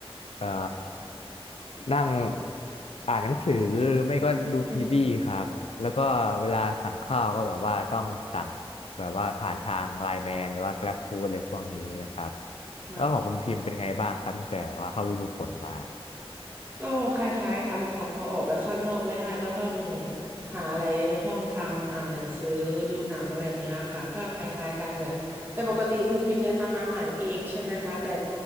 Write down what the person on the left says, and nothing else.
เอ่อนั่งอ่านหนังสือหรือไม่ก็ดูซีรีส์ครับแล้วก็เวลาสั่งข้าวก็แบบว่าต้องสั่งแบบว่าผ่านทางไลน์แมนหรือว่า
Grab Food อะไรพวกนี้นะครับ
แล้วของคุณพิมพ์เป็นไงบ้างครับตั้งแต่ว่าเข้าฤดูฝนมา